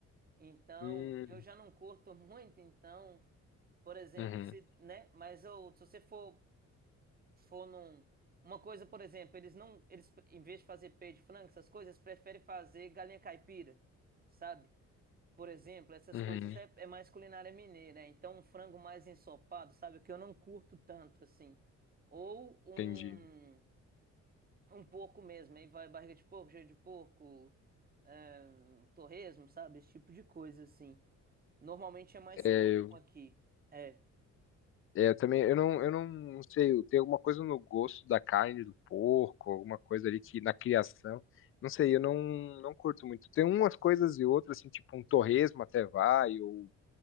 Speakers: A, on the right; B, on the left.
A: Então,
B: Hum,
A: eu já não curto muito, então, por exemplo,
B: uhum,
A: se, né? Mas eu, se você for for num. Uma coisa, por exemplo, eles não. Eles, pre- em vez de fazer peito de frango, essas coisas, eles preferem fazer galinha caipira, sabe? Por exemplo, essas
B: uhum,
A: coisas é, é mais culinária mineira. é, Então, um frango mais ensopado, sabe? O que eu não curto tanto, assim. Ou um,
B: entendi.
A: um porco mesmo. Aí vai barriga de porco, joelho de porco, ahn, torresmo, sabe? Esse tipo de coisa, assim. Normalmente é mais
B: É,
A: comum
B: eu,
A: aqui. É.
B: é, eu também, eu não, eu não sei, tem alguma coisa no gosto da carne do porco, alguma coisa ali que na criação, não sei, eu não, não curto muito. Tem umas coisas e outras, assim, tipo um torresmo até vai, ou